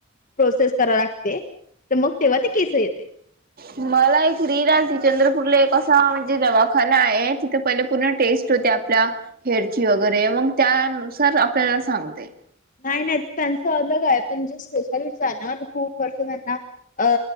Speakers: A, on the left; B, on the right.
A: प्रोसेस करा लागते तर मग तेव्हा ते केस येते
B: ह मला एक रील आलती चंद्रपूरला एक असा म्हणजे दवाखाना आहे तिथे पहिले पूर्ण टेस्ट होते आपल्या हेरची वगैरे मग त्यानुसार आपल्याला सांगते
A: नाही नाही ते त्यांच अलग आहे पण जे स्पेशालिस्ट आहे ना खूप वर्ष त्यांना अ